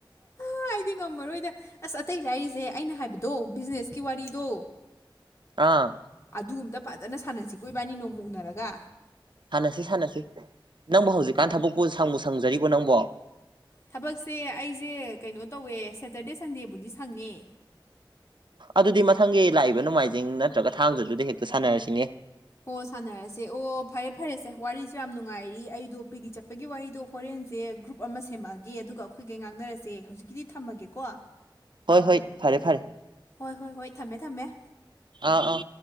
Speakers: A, on the left; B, on the right.
A: ꯥꯑꯩꯗꯤ ꯉꯝꯃꯔꯣꯏꯗ ꯑꯁ ꯑꯇꯩ ꯂꯥꯏꯔꯤꯁꯦ ꯑꯩꯅ ꯍꯥꯏꯕꯗꯣ ꯕꯤꯖꯤꯅꯦꯁꯀꯤ ꯋꯥꯔꯤꯗꯣ
B: ꯑꯥ
A: ꯑꯗꯨ ꯑꯝꯇ ꯐꯖꯅ ꯁꯥꯟꯅꯁꯤꯀꯣ ꯏꯕꯥꯅꯤ ꯅꯣꯡꯃ ꯎꯅꯔꯒ
B: ꯁꯥꯟꯅꯁꯤ ꯁꯥꯟꯅꯁꯤ ꯅꯪꯕꯨ ꯍꯧꯖꯤꯛꯀꯥꯟ ꯊꯕꯛꯄꯨ ꯁꯪꯕꯨ ꯁꯪꯖꯔꯤꯕꯣ ꯅꯪꯕꯣ
A: ꯊꯕꯛꯁꯦ ꯑꯩꯁꯦ ꯀꯩꯅꯣ ꯇꯧꯋꯦ ꯁꯦꯇꯔꯗꯦ ꯁꯟꯗꯦꯕꯨꯗꯤ ꯁꯪꯉꯦ
B: ꯑꯗꯨꯗꯤ ꯃꯊꯪꯒꯤ ꯂꯥꯛꯏꯕ ꯅꯣꯡꯃꯥꯏꯖꯤꯡ ꯅꯠꯇ꯭ꯔꯒ ꯊꯥꯡꯖꯗꯨꯗꯤ ꯍꯦꯛꯇ ꯁꯥꯟꯅꯔꯁꯤꯅꯦ
A: ꯑꯣ ꯁꯥꯟꯅꯔꯁꯦ ꯑꯣ ꯐꯔꯦ ꯐꯔꯦꯁꯦ ꯋꯥꯔꯤꯁꯨ ꯌꯥꯝ ꯅꯨꯡꯉꯥꯏꯔꯤ ꯑꯩꯗꯣ ꯄꯤꯛꯅꯤꯛ ꯆꯠꯄꯒꯤ ꯋꯥꯔꯤꯗꯣ ꯐꯣꯔꯦꯟꯁꯦ ꯒ꯭ꯔꯨꯞ ꯑꯃ ꯁꯦꯝꯃꯛꯑꯒꯦ ꯑꯗꯨꯒ ꯑꯩꯈꯣꯏꯒꯩ ꯉꯥꯡꯅꯔꯁꯦ ꯍꯧꯖꯤꯛꯀꯤꯗꯤ ꯊꯝꯃꯒꯦꯀꯣ
B: ꯍꯣꯏ ꯍꯣꯏ ꯐꯔꯦ ꯐꯔꯦ
A: ꯍꯣꯏ ꯍꯣꯏ ꯍꯣꯏ ꯊꯝꯃꯦ ꯊꯝꯃꯦ
B: ꯑꯥ ꯑꯥ